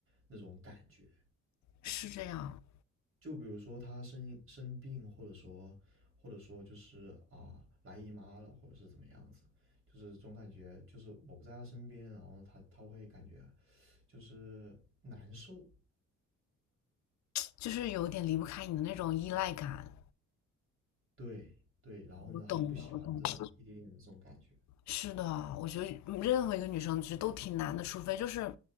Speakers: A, on the right (about 45°); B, on the left (about 65°).
A: 那种感觉。
B: 是这样。
A: 就比如说他生生病，或者说或者说就是啊来姨妈了，或者是怎么样子，就是总感觉就是我不在他身边，然后他他会感觉就是难受，
B: 就是有点离不开你的那种依赖感。
A: 对对，然后呢他就不喜欢这种异地恋的这种感觉。
B: 我懂的，我懂的。是的，我觉得嗯任何一个女生其实都挺难的，除非就是